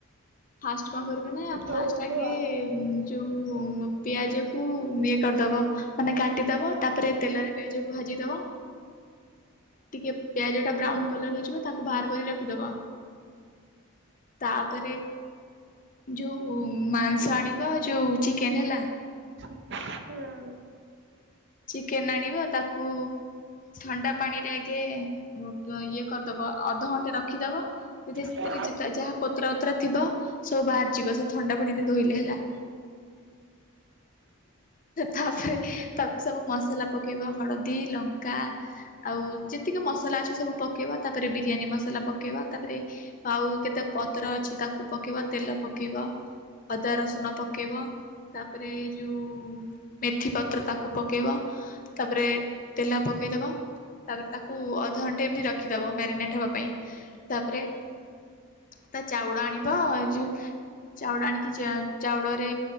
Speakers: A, on the left; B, on the right.
A: ଫାଷ୍ଟ କଣ କରିବେନା
B: ହଉ
A: ଫାଷ୍ଟ
B: କୁହ।
A: ଆଗେ ଯଉ ପିଆଜ କୁ ଇଏ କରିଦବ ମାନେ କାଟିଦବ ତାପରେ ତେଲରେ ପିଆଜକୁ ଭାଜିଦବ। ଟିକେ ପିଆଜ ଟା
B: ହୁଁ
A: ବ୍ରାଉନ କଲର ହେଇଯିବ ତାକୁ ବାହାର କରି ରଖିଦବ ତାପରେ ଯୋଉ ମାଂସ ଆଣିବା ଯୋଉ ଚିକେନ ହେଲା।
B: ହୁଁ।
A: ଚିକେନ ଆଣିବ ତାକୁ ଥଣ୍ଡା ପାଣିରେ ଆଗେ ଇଏ କରିଦବ ଅଧଘଣ୍ଟେ ରଖିଦବ। ଟିକେ ସେଥିରେ
B: ତମ
A: ଯେ ତେ ଯାହା କୋତରା ଓତରା ଥିବ ସବୁ ବାହାରି ଯିବ ସେ ଥଣ୍ଡା ପାଣିରେ ଧୋଇଲେ ହେଲା। ତାପରେ ତା ସବୁ ମସଲା ପକେଇବ ହଳଦୀ, ଲଙ୍କା ଆଉ ଯେତିକି ମସଲା ଅଛି ସବୁ ପକେଇବା ତାପରେ ବିରିୟାନୀ ମସଲା ପକେଇବା ତାପରେ ଆଉ କେତେ ପତ୍ର ଅଛି ତାକୁ ପକେଇବା ତେଲ ପକେଇବ। ଅଦା, ରସୁଣ ପକେଇବ। ତାପରେ ଏ ଯଉ ମେଥି ପତ୍ର ତାକୁ ପକେଇବ। ତାପରେ ତେଲ ପକେଇଦବ। ତାପରେ ତାକୁ ଅଧଘଣ୍ଟେ ଏମିତି ରଖିଦବ ମ୍ୟାରିନେଟ ହବା ପାଇଁ। ତାପରେ ତା ଚାଉଳ ଆଣିବ ଯଉ ଚାଉଳ ଆଣିକି ଚାଉଳରେ